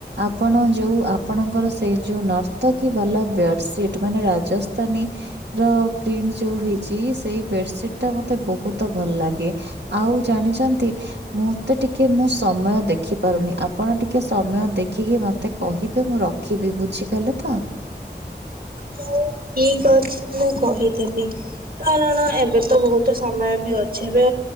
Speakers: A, on the right; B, on the right.
A: ଆପଣ ଯୋଉ ଆପଣଙ୍କର ସେଇ ଯୋଉ ନର୍ତ କିୀ ବାଲା ବେଡସିଟ୍ ମାନେ ରାଜସ୍ଥାନୀ ରାଜସ୍ଥାନୀ ପ୍ରିଣ୍ଟ ଯୋଉ ହେଇଛି ସେଇ ବେଡସିଟ ଟା ମତେ ବହୁତ ଭଲ ଲାଗେ, ଆଉ ଜାଣିଛନ୍ତି ମତେ ଟିକେ ମୁଁ ସମୟ ଦେଖିପାରୁନି। ଆପଣ ଟିକେ ସମୟ ଦେଖିକି ମତେ କହିବେ ମୁଁ ରଖିବି ବୁଝିଗଲେ ତ <inaudible>
B: ହଉ ଠିକ ଅଛି ମୁଁ କହିଦେବି। କାରଣ ଏବେ ତ ବହୁତ ସମୟ ବି ଅଛି ଏବେ